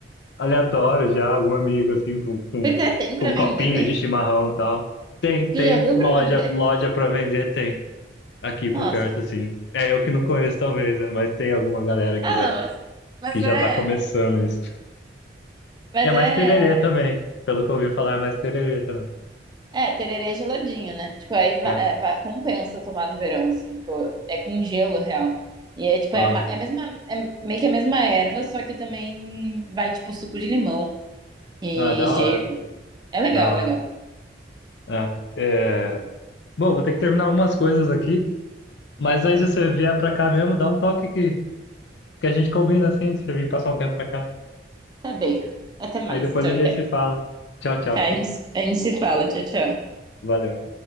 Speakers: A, on the left; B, on the right.
A: aleatório já, algum amigo assim com, com,
B: pois é, tem pra
A: com um copinho
B: vender, tem.
A: de chimarrão e tal. Tem,
B: Você
A: tem
B: já viu
A: loja,
B: pra vender?
A: loja para vender, tem aqui por
B: Nossa.
A: perto assim. É eu que não conheço talvez, né? mas tem alguma galera que
B: Ah,
A: já
B: não, mas, mas
A: que já
B: é.
A: tá começando isso.
B: Mas
A: E é
B: é.
A: mais tererê também. Pelo que eu ouvi falar, é mais tererê também.
B: É, tererê geladinho, né? Tipo, aí va-
A: É.
B: é, va- compensa tomar no verão, assim, tipo, é com gelo, real. E é tipo,
A: Porra.
B: é, ma- é, a mesma, é meio que a mesma erva, só que também vai, tipo, suco de limão e
A: Ah, da
B: gelo.
A: hora.
B: É legal,
A: Da
B: legal.
A: hora. É. É, Bom, vou ter que terminar algumas coisas aqui. Mas aí, se você vier pra cá mesmo, dá um toque que, que a gente combina assim, de você vir passar um tempo pra cá.
B: Tá bem. Até mais,
A: Aí depois
B: então.
A: a gente se fala. Tchau, tchau.
B: Tá, a gente, a gente se fala. Tchau, tchau.
A: Valeu.